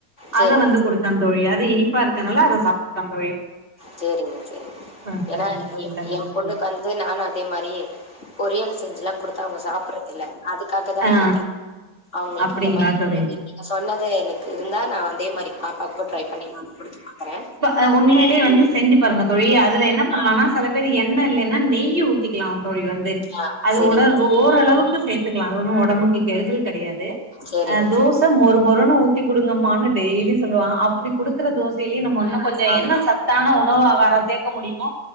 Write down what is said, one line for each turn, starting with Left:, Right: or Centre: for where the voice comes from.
Left: சரிங்க,
Right: அத வந்து குடுத்தங் தோழி அது இனிப்பா இருக்கனாலா அத சாப்புட்டா தோழி
Left: செரிங்க செரிங்க
Right: ஆ
Left: ஏன்னா
Right: சரிங்க தோழி
Left: எ
Right: சரிங்க
Left: எ பொண்ணுக்கு
Right: தோழி
Left: வந்து நானு அதே மாரியே பொரியல் செஞ்சுல்லா குடுத்தா அவுங்க சாப்புறதில்ல அதுக்காக தா
Right: ஆ
Left: கேட்டே அவுங்களுக்கு
Right: அப்டிங்களா
Left: இந்த மாரி <unintelligible>
Right: தோழி
Left: சொன்னது எனக்கு இருந்தா நா அதே மாரி பா பாத்து ட்ரை பண்ணி நா குடுத்து பாக்கறே
Right: அ உண்மையிலே வந்து செஞ்சு பாருங்க தோழி அதுல என்ன பண்ணலானா
Left: ஆ
Right: செல பேரு என்ணெ இல்லேன்னா நெய் யி ஊத்திக்கிலா தோழி வந்து
Left: ஆ
Right: அது
Left: சரிங்க,
Right: உடல் ஒ ஓரளவுக்கு எத்துக்லா அது ஒன்னு ஒடம்புக்கு கெடுதல் கெடையாது
Left: சரிங்க,
Right: அ தோச
Left: சரி.
Right: மொறு மொறுனு ஊத்தி குடுங்கமானு டெய்லி சொல்லுவா அப்புடி குடு க்கிற தோசையிலயு நம்ம இன்னு கொஞ்சு
Left: ஆமா.
Right: என்ன சத்தான உணவு ஆகாரம் சேக்க முடியுமோ